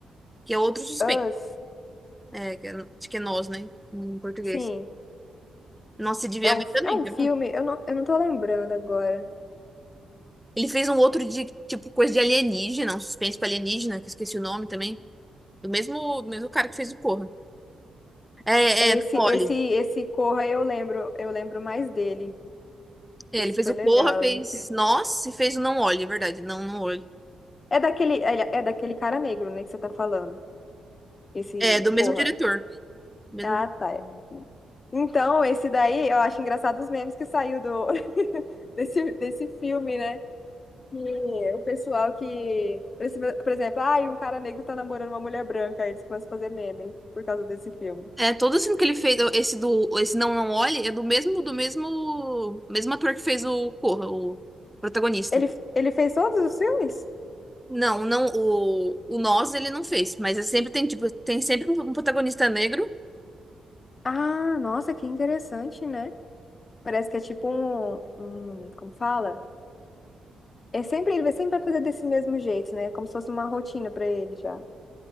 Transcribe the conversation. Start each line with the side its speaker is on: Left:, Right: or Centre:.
Centre: que é outro suspense.
Left: Us,
Centre: É, que é, acho que é nós, né? Em português.
Left: sim,
Centre: Nossa, você devia
Left: é um,
Centre: ver também,
Left: é um
Centre: que
Left: filme,
Centre: é bom.
Left: eu não, eu não tô lembrando agora.
Centre: Ele fez um outro de, tipo, coisa de alienígena, um suspense pra alienígena, que eu esqueci o nome também. Do mesmo, do mesmo cara que fez o Corra. É,
Left: É
Centre: é, não
Left: esse, esse,
Centre: olhe.
Left: esse Corra eu lembro, eu lembro mais dele.
Centre: É,
Left: Esse
Centre: ele fez
Left: foi
Centre: o
Left: legal,
Centre: Corra, fez
Left: hein?
Centre: Nós e fez o Não Olhe, é verdade. Não, não olhe.
Left: É daquele, é é daquele cara negro, né, que você tá falando. Esse
Centre: É, do mesmo
Left: Corra.
Centre: diretor. mesmo-
Left: Ah, tá. Então, esse daí, eu acho engraçado os memes que saiu do, <laughs> desse, desse filme, né? E o pessoal que, por esse- por exemplo, ah um cara negro tá namorando uma mulher branca, aí eles começam a fazer meme por causa desse filme.
Centre: É, todo o filme que ele fez, esse do, esse Não, não olhe, é do mesmo, do mesmo, mesmo ator que fez o Corra, o protagonista.
Left: Ele, ele fez todos os filmes?
Centre: Não, não, o, o Nós ele não fez, mas é sempre tem, tipo, tem sempre um um protagonista negro.
Left: Ah, nossa, que interessante, né? Parece que é tipo um, um, como fala? É sempre, ele vai sempre vai fazer desse mesmo jeito, né? Como se fosse uma rotina pra ele já.